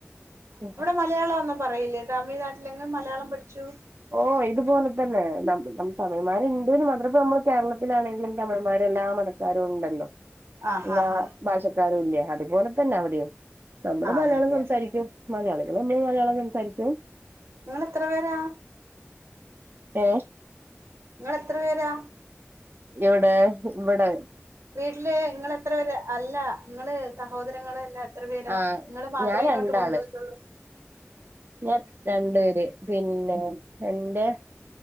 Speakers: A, on the right; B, on the right.
A: <unintelligible>
B: മലയാളോന്നും പറയില്ലേ തമിഴ്നാട്ട്ലെങ്കും മലയാളം പഠ്ച്ചു
A: ഓഹ് ഇത്പോലെ തന്നെ നം നം തമിഴ്മാര്ണ്ട്ന്ന് മാത്രം പ്പം നമ്മള് കേര്ളത്തിലാണെങ്കിലും തമിഴമ്മാര് എല്ലാം മത ക്കാരും ഉണ്ടല്ലാെ
B: ആഹ്
A: എല്ലാ
B: ആഹ് ആഹ്
A: ഭാഷക്കാരൂല്ല്യേ അതുപോലെ തന്നെ അവ്ടെയും നമ്മെള്
B: ആഹ്
A: മലയാളം
B: ഒന്നുംല്ല
A: സംസാരിക്ക്യും മലയാളികള് നമ്മെള് മലയാളം സംസാരിക്ക്യും
B: ഇങ്ങെളെത്ര പേരാ
A: ഏഹ്
B: ഇങ്ങെളെത്ര പേരാ
A: എവ്ടേ വെടേ
B: വീട്ട്ല് ഇങ്ങെളെത്ര പേരാ അല്ലാ ഇങ്ങെള് സഹോദരങ്ങളെല്ലാം ത്ര പേരാ
A: ആ
B: ഇങ്ങെള് മത്രേ
A: ഞാൻ
B: ഇങ്ങോട്ട്
A: രണ്ടാള്
B: കൊണ്ടോയ്ട്ടൊള്ളു
A: ഞാൻ രണ്ട് പേര് പിന്നെ എന്റെ